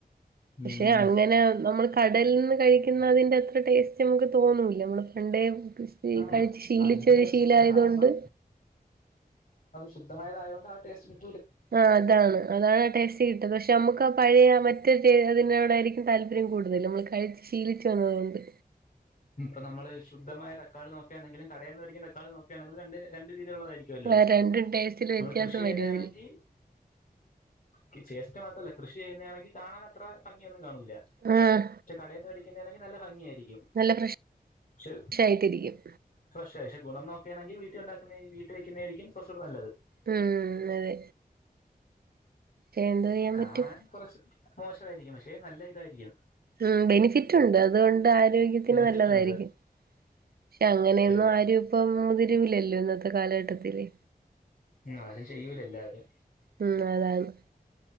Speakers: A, on the left; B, on the right.
A: ഉം
B: പക്ഷെ അങ്ങനെ നമ്മൾ കടലിൽ നിന്ന് കഴിക്കുന്ന അതിന്റെ അത്ര ടേസ്റ്റ് നമുക്ക് തോന്നൂല നമ്മള് പണ്ടേ കൃസ്പി
A: ആഹ്
B: കഴിച്ചു ശീലിച്ചൊരു
A: അതിന്റെ ടേസ്റ്റ്
B: ശീലായതൊണ്ട്
A: കിട്ടില്ല കാരണം ശുദ്ധമായാതു കൊണ്ട് ആ ടെസ്റ്റ് കി
B: ആഹ് അതാണ് അതാണ് ആ ടെസ്റ്റ്‌ കിട്ടത് പക്ഷെ നമ്മുക്ക് ആ പഴയ മറ്റെ റ്റെ അതിനോടായിരിക്കും താല്പര്യം കൂടുതൽ നമ്മൾ കഴിച്ചു ശീലിച്ച് വന്നതുകൊണ്ട്
A: ഇപ്പൊ നമ്മള് ശുദ്ധമായ തക്കാളി നോക്കയാണെങ്കിലും കടന്ന് വെടിക്കുന്ന തക്കാളി നോക്കയാണെങ്കിലും രണ്ട് രണ്ട് രീ തിയുള്ളയിരിക്കല്ലോ
B: ആഹ് രണ്ടും ടേസ്റ്റില്
A: നമ്മൾ
B: വ്യത്യാസം
A: കൃഷി ചെയ്യുന്ന
B: വരും
A: ആണെങ്കി
B: അതില്
A: <unintelligible> അത് മാത്രല്ല കൃഷി ചെയ്യുന്നണെങ്കിൽ കാണാൻ അത്ര ഭംഗിയൊന്നും കാണൂല്ല
B: ആഹ്
A: പക്ഷെ കടന്ന് വേടി ക്കുന്ന ആണേൽ നല്ല ഭംഗിയായിരിക്കും
B: നല്ല ഫ്രഷ്
A: പക്ഷെ
B: ആയിട്ടിരിക്കും
A: ഫ്രഷാ പക്ഷെ ഗുണം നോ ക്കെയണെൽ വീട്ടുണ്ടാക്കുന്ന ആയി വീട്ടിൽ വെക്കുന്നായിരിക്കും കുറച്ചുടെ നല്ലത്
B: ഉം അതെ എന്തോ ചെയ്യാൻ
A: കാണാൻ
B: പറ്റും
A: കുറച്ച് മോശവായിരിക്കും പക്ഷെ നല്ല ഇതായിരിക്കും
B: ഉം ബെനിഫിറ്റുണ്ട് അതുകൊണ്ട് ആരോഗ്യത്തിന്
A: ബെനിഫിറ്റ്
B: നല്ലതായിരിക്കും.
A: ഉണ്ട്
B: പക്ഷെ അങ്ങനെയൊന്നും
A: ഉം
B: ആരും ഇപ്പം മുതിരൂല്ലല്ലോ ഇന്നത്തെ കാലഘട്ടത്തില്.
A: ഇന്നാരും ചെയ്യൂല എല്ലാരും
B: ഉം അതാണ്